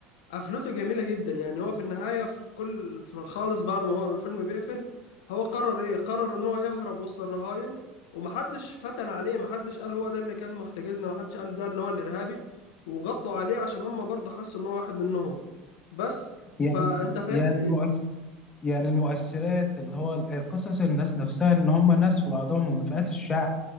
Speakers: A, on the left; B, on the left.
A: قفلته جميلة جدا يعني هو في النهاية في كل في خالص بعد ما هو الفيلم بيقفل هو قرر ايه قرر ان هو يهرب وسط الرهاين ومحدش فتن عليه محدش قال هو ده اللي كان محتجزنا محدش قال ده ان هو الارهابي وغطوا عليه عشان هم برضه حسوا ان هو واحد منهم بس
B: يعني
A: فانت فاهمني
B: يعني المؤس يعني المؤثرات اللي هو ال- قصص الناس نفسها ان هم ناس في بعضهم من فئات الشعب